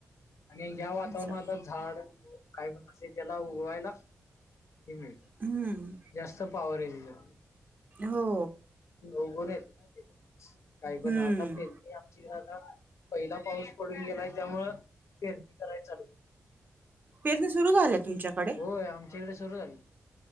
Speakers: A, on the left (about 70°); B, on the right (about 35°).
A: आणि या वातावरणात
B: असं
A: आता झाडं काही पण असेल त्याला उगवायला हे मिळते
B: हम्म
A: जास्त पाॅवर येते त्याला.
B: हो
A: उगवून येते ना आता ते लगेच काहीपण
B: हम्म
A: आता पेरणी ची आता पहिला पाऊस पडून गेलाय त्यामुळं पेरणी कराय चालू
B: पेरणी सुरू झाल्या, तुमच्याकडे
A: होय आमच्याकडे सुरू झाली.